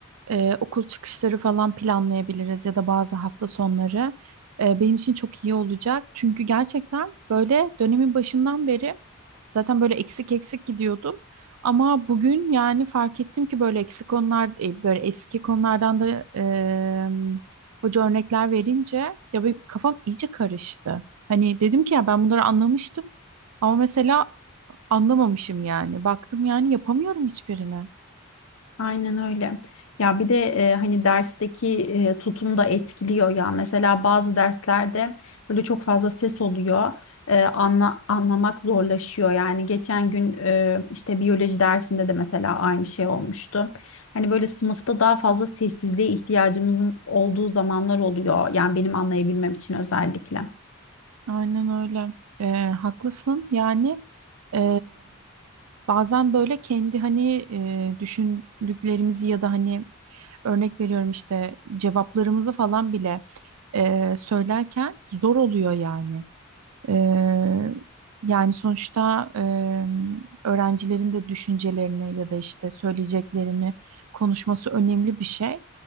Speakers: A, on the right; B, on the left.
A: Ee, okul çıkışları falan planlayabiliriz ya da bazı hafta sonları. Ee, benim için çok iyi olacak. Çünkü gerçekten böyle dönemin başından beri zaten böyle eksik eksik gidiyordum. Ama bugün yani fark ettim ki böyle eksik konular, e, böyle eski konulardan da e, hoca örnekler verince ya benim kafam iyice karıştı. Hani dedim ki ya ben bunları anlamıştım ama mesela anlamamışım yani. Baktım yani yapamıyorum hiçbirini.
B: Aynen öyle. Ya bir de e, hani dersteki e, tutum da etkiliyor ya. Mesela bazı derslerde böyle çok fazla ses oluyor. E, anla, anlamak zorlaşıyor. Yani geçen gün e, işte biyoloji dersinde de mesela aynı şey olmuştu. Hani böyle sınıfta daha fazla sessizliğe ihtiyacımızın olduğu zamanlar oluyor. Yani benim anlayabilmem için özellikle.
A: Aynen öyle. Ee, haklısın. Yani e, bazen böyle kendi hani e, düşündüklerimizi ya da hani örnek veriyorum işte cevaplarımızı falan bile e, söylerken zor oluyor yani. Eee, yani sonuçta eee, öğrencilerin de düşüncelerini ya da işte söyleyeceklerini konuşması önemli bir şey.